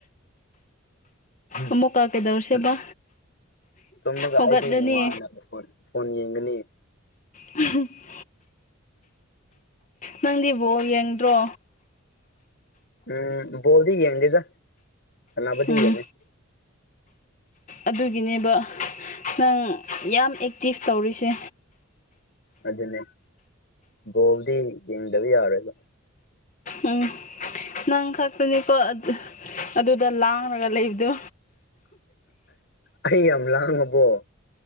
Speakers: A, on the left; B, on the left.
A: ꯎꯝ
B: ꯑꯃꯨꯛꯀ ꯀꯩꯗꯧꯁꯦꯕ
A: ꯎꯝ ꯇꯨꯝꯃꯒ
B: ꯍꯧꯒꯠꯂꯅꯤ
A: ꯑꯩꯗꯤ ꯅꯨꯡꯉꯥꯏꯅꯕ ꯄꯣꯠ ꯐꯣꯟ ꯌꯦꯡꯒꯅꯤ꯫
B: ꯎꯝ ꯍꯨꯝ ꯅꯪꯗꯤ ꯕꯣꯜ ꯌꯦꯡꯗ꯭ꯔꯣ꯫
A: ꯎꯝ ꯕꯣꯜꯗꯤ ꯌꯦꯡꯗꯦꯗ ꯁꯅꯥꯕꯗꯤ
B: ꯎꯝ
A: ꯌꯦꯡꯉꯦ꯫
B: ꯑꯗꯨꯒꯤꯅꯦꯕ ꯅꯪ ꯌꯥꯝ ꯑꯦꯛꯇꯤꯞ ꯇꯧꯔꯤꯁꯦ꯫
A: ꯑꯗꯨꯅꯦ ꯕꯣꯜꯗꯤ ꯌꯦꯡꯗꯕ ꯌꯥꯔꯣꯏꯕ꯫
B: ꯎꯝ ꯅꯪ ꯈꯛꯇꯅꯤꯀꯣ ꯑꯗꯨ ꯑꯗꯨꯗ ꯂꯥꯡꯔꯒ ꯂꯩꯕꯗꯣ꯫
A: ꯑꯩ ꯌꯥꯝ ꯂꯥꯡꯉꯕꯣ꯫